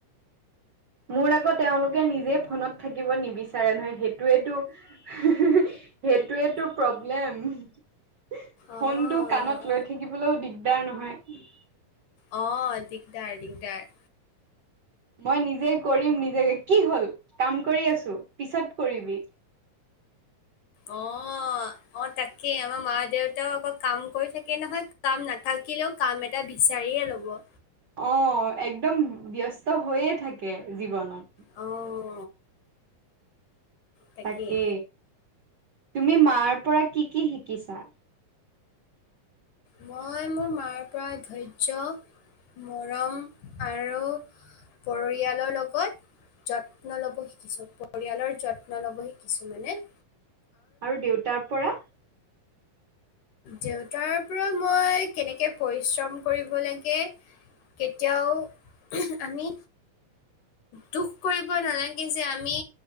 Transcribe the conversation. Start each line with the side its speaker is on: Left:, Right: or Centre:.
Right: মোৰ আকৌ তেওঁলোকে নিজেই ফোনত থাকিব নিবিচাৰে নহয় সেইটোৱেটো <unintelligible> সেইটোৱেটো প্ৰব্লেম <unintelligible>
Left: অঁ
Right: ফনটো কাণত লৈ থ থাকিবলৈও দিগদাৰ নহয়।
Left: অ', দিগদাৰ- দিগদাৰ।
Right: মই নিজে কৰিম নিজে, কি হ'ল? কাম কৰি আছোঁ, পিছত কৰিবি।
Left: অ'। অ', অ', তাকে আমাৰ মা -দেউতাওঁ অকৌ কাম কৰি থাকে নহয় কাম নাথাকিলেও কাম এটা বিচাৰিয়ে ল'ব।
Right: অ', একদম ব্যস্ত হৈয়ে থাকে জীৱনত।
Left: অ'। তাকেই।
Right: তাকে, তুমি মাৰ পৰা কি- কি শিকিছা?
Left: মই মোৰ মাৰ পৰা ধৈয্য মৰম আৰু পৰিয়ালৰ লগত যত্ন ল'ব শিকিছোঁ, পৰিয়ালৰ যত্ন ল'ব শিকিছোঁ মানে।
Right: আৰু দেউতাৰ পৰা?
Left: দেউতাৰ পৰা মই কেনেকে পৰিশ্ৰম কৰিব লাগে কেতিয়াও <unintelligible> আমি দুখ কৰিব নালাগে যে আমি